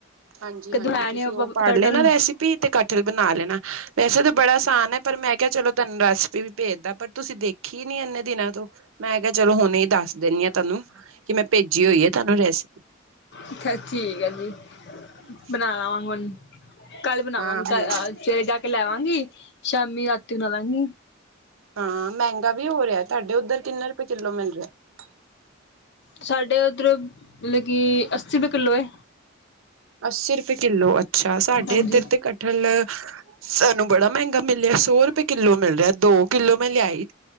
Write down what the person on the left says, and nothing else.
ਕਦੋਂ
ਬਣਾਇਆ
ਨੀ ਆਪਾਂ
ਕਟਲ
ਅੱਛਾ ਠੀਕ ਹੈ ਜੀ
ਬਣਾ ਲਵਾਂਗੀ ਕੱਲ ਬਣਾਵਾਂਗੀ
ਕ ਸਵੇਰੇ ਜਾ ਕੇ ਲੈ ਆਵਾਂਗੀ। ਸ਼ਾਮੀ ਰਾਤੀ ਬਣਾਵਾਂਗੀ
ਸਾਡੇ ਉੱਧਰ ਮਤਲਬ ਕਿ ਅੱਸੀ ਰਪਏ ਕਿੱਲੋ ਹੈ
ਹਾਂਜੀ